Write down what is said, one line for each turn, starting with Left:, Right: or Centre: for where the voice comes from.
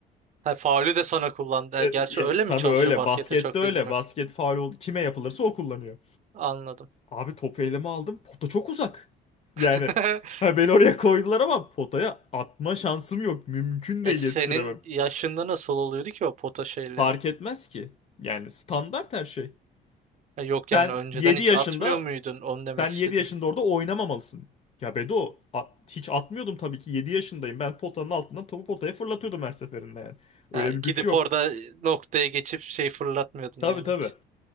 Right: Ha, faulü de sana kullandı.
Left: E,
Right: E,
Left: e,
Right: Gerçi öyle
Left: tabii
Right: mi çalışıyor
Left: öyle
Right: baskette
Left: baskette
Right: çok
Left: öyle
Right: bilgim yok.
Left: basket faul oldu kime yapılırsa o kullanıyor.
Right: Anladım.
Left: Abi topu elime aldım. Pota çok uzak. Yani
Right: <laughs>
Left: ha beni oraya koydular ama potaya atma şansım yok. Mümkün değil
Right: E senin
Left: yetiştiremem.
Right: yaşında nasıl oluyordu ki o pota şeyleri?
Left: Fark etmez ki. Yani standart her şey.
Right: Ha, Yok
Left: Sen
Right: yani önceden
Left: 7
Right: hiç
Left: yaşında
Right: atmıyor muydun? Onu demek
Left: sen
Right: istedim.
Left: 7 yaşında orada oynamamalısın. Ya Bedo at- hiç atmıyordum tabii ki 7 yaşındayım. Ben potanın altından topu potaya fırlatıyordum her seferinde yani. Öyle
Right: Ha,
Left: bir güç
Right: gidip
Left: yok.
Right: orada noktaya geçip şey fırlatmıyordun
Left: Tabii
Right: yani
Left: tabii.
Right: hiç.